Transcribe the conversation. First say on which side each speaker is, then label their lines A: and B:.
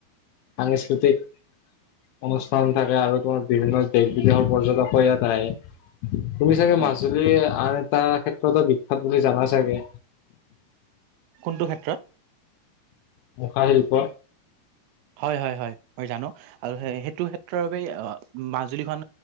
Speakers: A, on the left; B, on the right.
A: সাংস্কৃতিক অনুষ্ঠান থাকে আৰু তোমাৰ বিভিন্ন দেশ বিদেশৰ পৰ্যটকো ইয়াত আহে। তুমি চাগে
B: হয়
A: মাজুলী আন এটা ক্ষেত্ৰতো বিখ্যাত বুলি জানা চাগে।
B: কোনটো ক্ষেত্ৰত?
A: মুখা শিল্প।
B: হয় হয় হয় মই জানো আৰু সেইটো ক্ষেত্ৰৰ বাবে মাজুলীখন